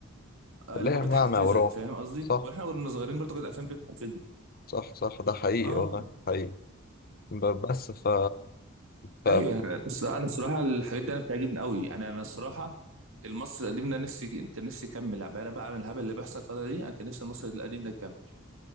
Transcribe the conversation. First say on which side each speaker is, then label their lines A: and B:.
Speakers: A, on the right; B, on the left.
A: آه،
B: ليها
A: اللي هو بتحفزك
B: معنى وروح
A: فاهم قصدي؟
B: صح
A: واحنا كنا صغيرين برضه كانت الافلام بتحفزنا
B: صح صح ده حقيقي
A: اه
B: والله حقيقي ب- بس ف... ف...
A: ايوه أنا- بس انا الصراحه الحاجات دي انا بتعجبني قوي يعني انا الصراحه المصري القديم ده نفسي كان نفسي يكمل بقى انا بقى على الهبل اللي بيحصل الفتره دي انا كان نفسي المصري القديم ده يكمل